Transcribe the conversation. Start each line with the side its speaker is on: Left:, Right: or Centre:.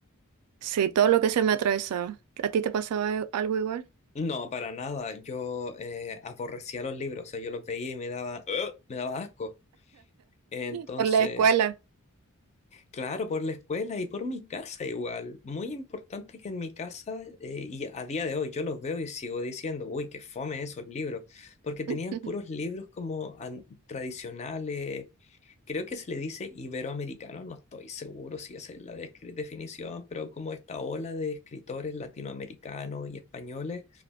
Right: Sí, todo lo que se me atravesaba. ¿A ti te pasaba al- algo igual?
Left: No, para nada. Yo eh, aborrecía los libros, o sea, yo los veía y me daba, ¡Ugh! me daba asco. Entonces,
Right: <laughs> Por la escuela.
Left: Claro, por la escuela y por mi casa igual. Muy importante que en mi casa, eh, y a día de hoy yo los veo y sigo diciendo, uy, qué fome esos libros, porque tenían
Right: <laughs>
Left: puros libros como an- tradicionales, creo que se le dice iberoamericano, no estoy seguro si esa es la descri- definición, pero como esta ola de escritores latinoamericanos y españoles